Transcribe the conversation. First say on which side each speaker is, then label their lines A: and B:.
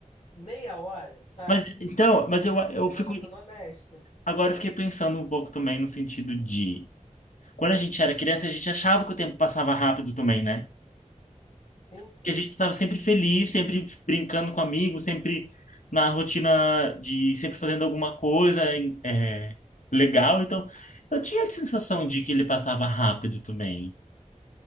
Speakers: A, on the left (about 50°); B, on the left (about 70°).
A: meia hora, sabe?
B: Mas então, mas eu, eu
A: Eu
B: fico
A: vou estar sendo honesta.
B: agora eu fiquei pensando um pouco também no sentido de quando a gente era criança, a gente achava que o tempo passava rápido também, né?
A: Sim, sim.
B: Porque a gente estava sempre feliz, sempre brincando com amigos, sempre na rotina de sempre fazendo alguma coisa em- é, legal. Então, eu tinha a sensação de que ele passava rápido também.